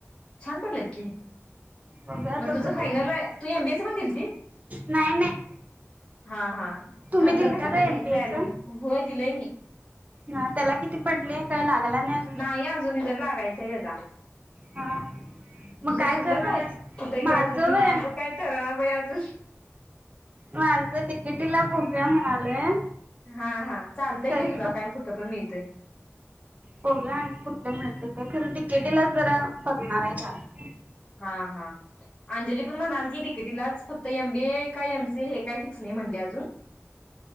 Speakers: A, on the left; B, on the right.
A: छान पडलेत की.
B: बघूया आता
A: मग तुझं
B: कुठे
A: फायनल
B: घ्यायचं
A: हाय, तू एम बी एच पण दिलती.
B: नाही नाही
A: हा हा
B: तुम्ही
A: ठरलं
B: दिलता
A: काय कुठं
B: का
A: घ्यायचं
B: एमपीएच
A: ऍडमिशन.
B: हा त्याला किती पडले काय लागला नाही.
A: नाही अजून रिझल्ट लागायचंय त्याजा.
B: हा मग
A: तुझं ठरलं
B: करणार
A: काय
B: आहेस
A: कुठं घ्यायचं?
B: वय
A: माझं काय ठरणा बाई अजून
B: माझं डी के टी ला बघूया म्हणालोय
A: हा हा चालतंय
B: तरी
A: घे तुला काय कुठं पण मिळतय.
B: बगुया आणि कुठे मिळते ते खरं डि के टी ला जरा बघणार आहे जास्त.
A: हा हा. अंजली पण म्हणालती डी के टी लाच फक्त एम बी ए काय एम सी ए हे काय फिक्स नाही म्हटले अजून